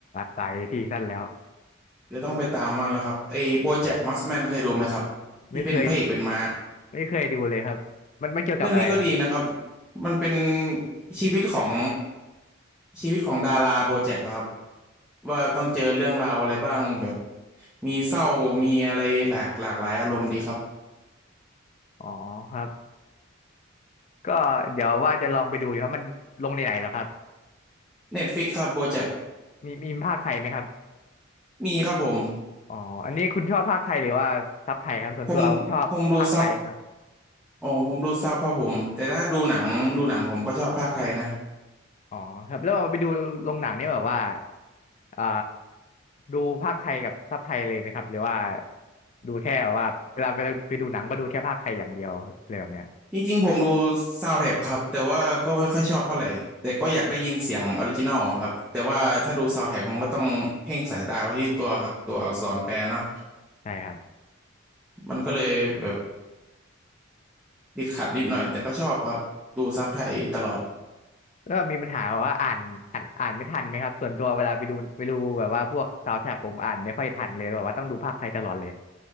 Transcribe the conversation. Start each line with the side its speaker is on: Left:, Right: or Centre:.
Left: หลายซีซั่นแล้ว
Centre: เดี๋ยวต้องไปตามบ้างแล้วครับไอ้โบแจ็คฮอสแมนเคยดูไหมครับ
Left: ไม่เคย
Centre: ที่เป็นพระเอกเป็นม้า
Left: ไม่เคยดูเลยครับมันมันเกี่ยวกับอะไรเหรอครับ
Centre: เรื่องนี้ก็ดีนะครับมันเป็นชีวิตของชีวิตของดาราโบแจ็คครับว่าต้องเจอเรื่องราวอะไรบ้างแบบมีเศร้ามีอะไรหลากหลากหลายอารมณ์ดีครับ
Left: อ๋อครับก็เดี๋ยวว่าจะลองไปดูอยู่ครับมันลงในไหนเหรอครับ
Centre: เน็ตฟิกครับโบแจ็ค
Left: มีมีภาคไทยไหมครับ
Centre: มีครับผม
Left: อ๋ออันนี้คุณชอบภาคไทยหรือว่าซับไทยครับส่วนตัวผมชอบภาคไทยครับ
Centre: ผมผมดูซับโอ้ผมดูซับครับผมแต่ถ้าดูหนังดูหนังผมก็ชอบภาคไทยนะ
Left: อ๋อครับแล้วเอาไปดูโรงหนังนี่แบบว่าอ่าดูภาคไทยกับซับไทยเลยไหมครับหรือว่าดูแค่แบบว่าเวลาเวลาไปดูหนังก็ดูแค่ภาคไทยอย่างเดียวเลยแบบเนี้ย
Centre: จริงจริงๆผมดูซาวด์แทร็กครับแต่ว่าก็ไม่ค่อยชอบเท่าไหร่ แต่ก็อยากได้ยินเสียงออริจินอลครับแต่ว่าถ้าดูซาวด์แทร็กมันก็ต้องเพ่งสายตาไปที่ตัวตัวอักษรแปลเนาะ
Left: ใช่ครับ
Centre: มันก็เลยแบบติดขัดนิดหน่อยแต่ก็ชอบครับดูซับไทยตลอด
Left: แล้วมีปัญหาว่าอ่านอ่านอ่านไม่ทันไหมครับส่วนตัวเวลาไปดูไปดูแบบว่าพวกซาวด์แทร็กผมอ่านไม่ค่อยทันเลยแบบว่าต้องดูภาคไทยตลอดเลย